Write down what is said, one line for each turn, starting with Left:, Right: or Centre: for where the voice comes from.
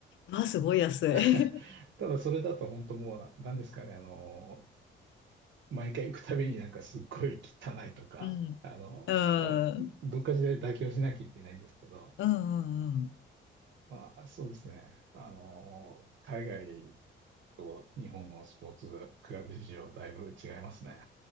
Left: わあ、すごい安い。
Right: <laughs> ただそれだと本当もう、何ですかね、あの、毎回行くたびになんかすっごい汚いとか、
Left: <laughs> うん。
Right: あの、
Left: うん。
Right: まあ、どっかしらで妥協しなきゃいけないんですけど、
Left: うん。うん。うん
Right: まあ、そうですね。あの、海外と日本のスポーツクラブ事情、だいぶ違いますね。